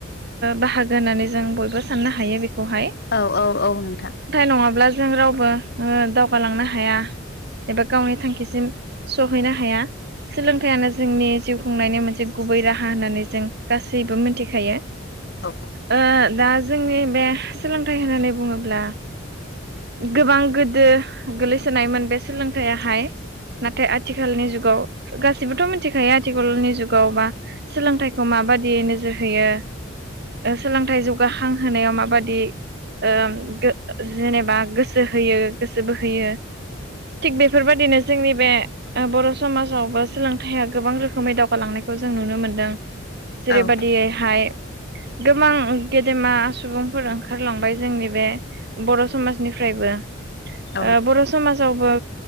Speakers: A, on the right; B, on the left.
A: बाहागो होननानै जों बयबो साननो हायो बे बेखौहाय
B: औ औ औ नोंथां।
A: नङाब्ला जों रावबो दावगालांनो हाया एबा गावनि थांखिसिम सहैनो हाया सोलोंथाइयानो जोंनि जिउ खुंनायनि मोनसे गुबै राहा होननानै जों गासैबो मिथिखायो
B: औ
A: ओ दा जोंनि बे थाइ होननानै बुङोब्ला गोबां गोदो गोलैसोनायमोन बे सोलोंथाइयाहाय नाथाय आथिखालनि जुगाव गाैबोथ' मिथिखायो आथिखालनि जुगाव बा सोलोंथाइखौ माबादि नोजोर होयो सोलोंथाइ जौगाखां होनायाव माबादि ओ जेनेबा गोसो होयो गोसो बोहोयो थिग बेफोरबादिनो जोंनि बे बर' समाजावबो सोलोंथाइया गोबां रोखोमै दावगालांनायखौ जों नुनो मोनदों। जेरैबायदियैहाय
B: औ
A: गोबां गेदेमा सुबुंफोर ओं खारलांबाय जोंनि बे बर' समाजनिफ्रायबो
B: औ
A: ओ बर' समाजावबो